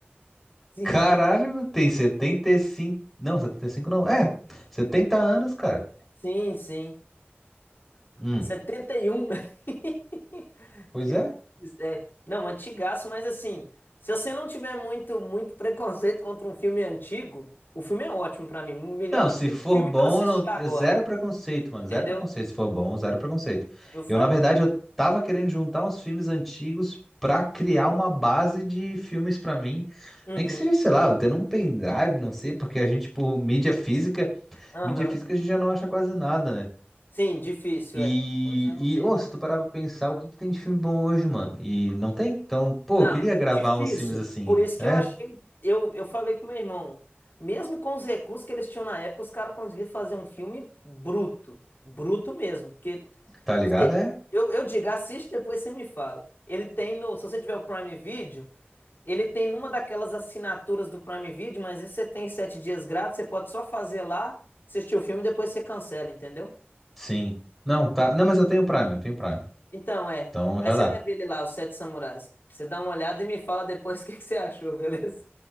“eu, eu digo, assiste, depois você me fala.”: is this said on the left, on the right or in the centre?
Left